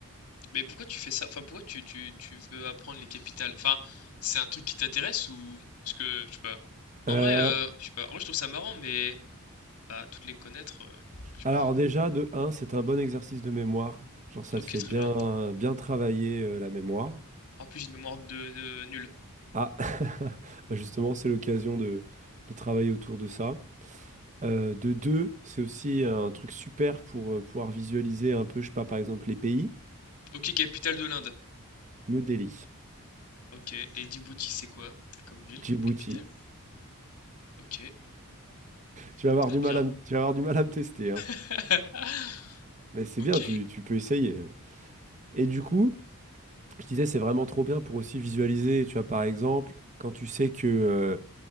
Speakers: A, on the left; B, on the right.
A: Mais pourquoi tu fais ça? Enfin, pourquoi tu, tu, tu veux apprendre les capitales? Enfin, c'est un truc qui t'intéresse ou... Parce que, je sais pas. En
B: Euh,
A: vrai, euh, je sais pas. En vrai, je trouve ça marrant, mais... Bah, toutes les connaître, euh, je sais
B: alors
A: pas.
B: déjà, de un, c'est un bon exercice de mémoire. Genre, ça
A: Ok,
B: te fait
A: très
B: bien,
A: bien.
B: bien travailler euh, la mémoire.
A: En plus, j'ai une mémoire de, de nulle.
B: Ah, <laughs> Bah, justement, c'est l'occasion de de travailler autour de ça. Euh, de deux, c'est aussi un truc super pour euh, pouvoir visualiser un peu, je sais pas, par exemple, les pays.
A: Ok, capitale de l'Inde.
B: New Delhi,
A: Ok, et Djibouti, c'est quoi? Comme ville,
B: Djibouti.
A: comme capitale? Ok,
B: Tu vas avoir
A: très
B: du mal
A: bien.
B: à me, tu vas avoir du mal à me tester, hein.
A: <laughs>
B: Mais c'est
A: Ok.
B: bien, tu, tu peux essayer. hein. Et du coup, je disais, c'est vraiment trop bien pour aussi visualiser, tu vois, par exemple, quand tu sais que euh,